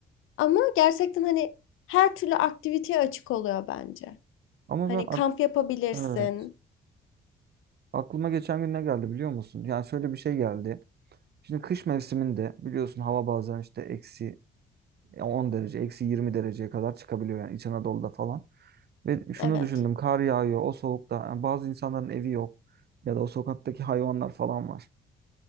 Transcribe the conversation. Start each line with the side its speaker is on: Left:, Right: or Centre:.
Left: Ama gerçekten hani her türlü aktiviteye açık oluyor bence.
Right: Ama
Left: Hani
Right: ben ak-
Left: kamp yapabilirsin.
Right: evet. Aklıma geçen gün ne geldi biliyor musun? Yani şöyle bir şey geldi. Şimdi kış mevsiminde biliyorsun hava bazen işte eksi 10 derece, eksi 20 dereceye kadar çıkabiliyor yani İç Anadolu'da falan. Ve şunu
Left: Evet.
Right: düşündüm, kar yağıyor o soğukta. Yani bazı insanların evi yok ya da o sokaktaki hayvanlar falan var.